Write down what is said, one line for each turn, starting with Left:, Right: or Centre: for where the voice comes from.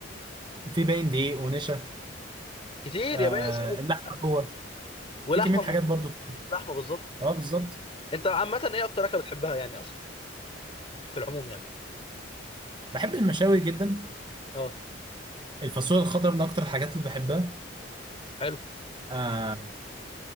Right: <laughs> في باين دقيق ونشا
Left: كتير
Right: آه
Left: يا باشا وكل
Right: اللحمه
Left: حاجة.
Right: جوه
Left: ولحمه
Right: في كميه
Left: المفرومه
Right: حاجات برضو كتير
Left: لحمه بالظبط
Right: اه بالظبط
Left: انت عامه ايه اكتر اكله بتحبها يعني اصلا في العموم يعني
Right: بحب المشاوي جدا
Left: اه
Right: الفاصوليا الخضراء من اكتر الحاجات اللي بحبها
Left: حلو
Right: آه